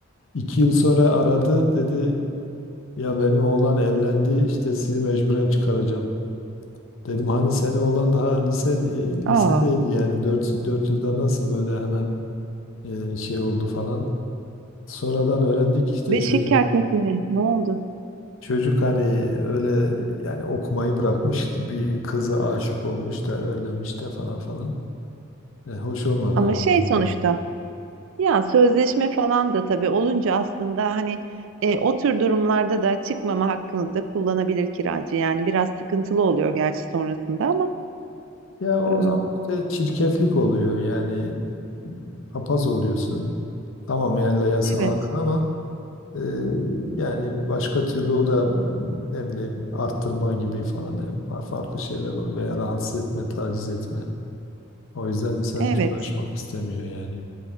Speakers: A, on the left; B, on the right.
A: İki yıl sonra aradı dedi ya benim oğlan evlendi işte sizi mecburen çıkaracağım. Dedim hani senin oğlan daha lise lisedeydi
B: Aa,
A: yani dört dört yılda nasıl böyle hemen e, şey oldu falan. Sonradan öğrendik işte
B: beşik
A: çocuk
B: kertmesini ne oldu?
A: çocuk hani öyle yani okumayı bırakmış bir kıza aşık olmuş da evlenmiş de falan falan. E, hoş olmadı
B: Ama
A: ama
B: şey
A: bizim
B: sonuçta
A: açımızdan.
B: ya sözleşme falan da tabii olunca aslında hani e, o tür durumlarda da çıkmama hakkını da kullanabilir kiracı. Yani biraz sıkıntılı oluyor gerçi sonrasında ama
A: Ya o
B: e,
A: zaman işte çirkeflik oluyor yani papaz oluyorsun. Tamam yani yasal
B: evet
A: hakkın ama e, yani başka türlü o da ne bileyim arttırma gibi falan e, farklı şeyler oluyor veya rahatsız etme, taciz etme. O yüzden insan
B: evet.
A: hiç uğraşmak istemiyor yani.